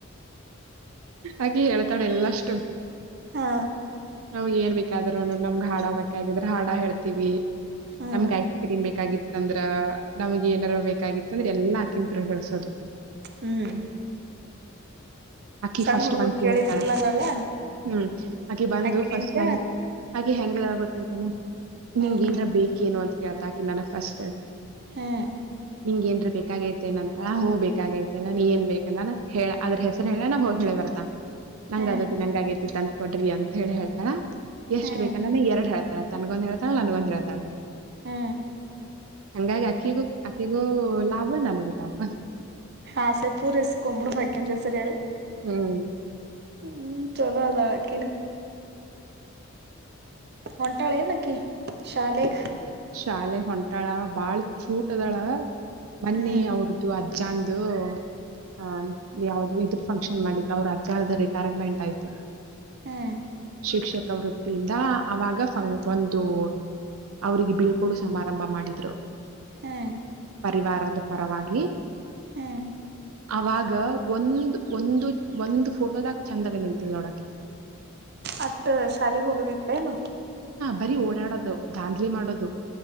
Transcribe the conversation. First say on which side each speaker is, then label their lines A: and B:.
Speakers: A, on the right (about 85°); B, on the right (about 50°).
A: ಅಕಿ ಹೇಳ್ ತಡೆ ಎಲ್ಲಷ್ಟು
B: ಹಾ
A: ನಮ್ಗ್ ಏನ್ ಬೇಕಾದ್ರು ನಮ್ಗ್ ಹಾಡಾ ಬೇಕಾಗಿದ್ರ ಹಾಡ ಹೇಳ್ತೀವಿ.
B: ಹ್ಮ್
A: ನಮ್ಗ್ ಐಸ್ ಕ್ರೀಮ್ ಬೇಕಾಗಿತ್ತ ಅಂದ್ರ ನಮ್ಗೆ ಏನಾರ ಬೇಕಾಗಿತ್ತ ಅಂದ್ರ ಎಲ್ಲಾ ಅಕಿ <unintelligible>
B: ಹ್ಮ್
A: ಅಕಿ
B: ಸಣ್ಣ
A: ಫಸ್ಟ್
B: ಹುಡುಗರು
A: ಬಂದ ಕೇಳ್ತ್
B: ಕೇಳಿದ್ರಿಲ್ಲನಲ್ಲ
A: ಹ್ಮ್ ಅಕಿ ಬಂದು
B: ಆಕಿನಿಂದ
A: ಫಸ್ಟ್ ನನ್ ಅಕಿ ಹೆಂಗ ಗೊತ್ತೈತೆನೋ
B: ಹ್ಮ್
A: ನಿಂಗ ಏನ್ರ ಬೇಕ ಏನು ಅಂತ ಕೇಳ್ತ ಆಕಿ ನನಗ ಫಸ್ಟ್
B: ಹ್ಮ್
A: ನಿಂಗೆನ್ರಾ ಬೇಕಾಗೇ ತೆನಂತ ಹೂ ಬೇಕಾಗೈತೆೇ ಅನ್ನನ ಏನ್ ಬೇಕ ಅನ್ನನ ಹೇಳ ಅದ್ರ ಹೆಸರು ಹೇಳ ಅನ್ನನಾ ಹೋಗಿ ಹೇಳ್ ಬರ್ತಾಳ ನಂಗ್
B: ಹ್ಮ್
A: ಅದು ತಿನಂಗ ಆಗೇತಿ ತಂದ್ ಕೊಡ್ರಿ ಅಂತ ಹೇಳಿ ಹೇಳ್ತಳ ಎಷ್ಟು
B: ಹ್ಮ್
A: ಬೇಕ ಅನ್ನನ ಎರಡ್ ಹೇಳ್ತಾಳ ತ ತನಗೊಂದು ಹೇಳ್ತಾಳ ನಂಗೊಂದ್ ಹೇಳ್ತಾಳ
B: ಹ್ಮ್
A: ಹಂಗಾಗಿ ಆಕ್ಕಿಗೂ ಆಕಿಗೂ ಲಾಭ ನನಗೂ ಲಾಭ
B: ಆಸೆ ಪೂರೈಸಗೊಂಡು ಬಿಡ್ಬೇಕು ಅಕಿನ್ ಹೆಸರ ಹೇಳಿ
A: ಹ್ಮ್
B: ಹ್ಮ್ ಚಲೋ ಅದಾಳಕ್ಕಿನ ಹೊಂಟಾಳ ಏನಕಿ ಶಾಲೆಗ
A: ಶಾಲೆಗ ಹೊಂಟಾಳ ಬಾಳ ಚೂಟ್ ಅದಾಳ ಮೊನ್ನೆ
B: ಹ್ಮ್
A: ಅವ್ರದ್ದು ಅ ಅಜ್ಜಾಂದು ಆ ಯಾವ್ದ ಇದ್ರ ಫಂಕ್ಷನ್ ಮಾಡಿದ್ರ ಅವರು ಅಜ್ಜದ ರಿಟೈರ್ಮೆಂಟ್ ಆಯ್ತು
B: ಹ್ಮ್
A: ಶಿಕ್ಷಕ ವೃತ್ತಿ ದಿಂದ ಅವಾಗ ಒಂದು ಅವ್ರಿಗೆ ಬೀಳ್ಕೊಡು ಸಮಾರಂಭ ಮಾಡಿದ್ರು
B: ಹ್ಮ್
A: ಪರಿವಾರದ ಪರವಾಗಿ
B: ಹ್ಮ್
A: ಅವಾಗ ಒಂದ್ ಒಂದು ಒಂದ್ ಫೋಟೋದಾಗ ಚಂದಾಗ ನಿಂತಿಲ್ಲ ನೋಡಕಿ
B: ಅತ್ತ ಶಾಲಿಗೆ ಹೋಗದೀತ್ತ ಏನು
A: ಬರಿ ಓಡಾಡೋದು ದಾಂಧ್ಲಿ ಮಾಡೋದು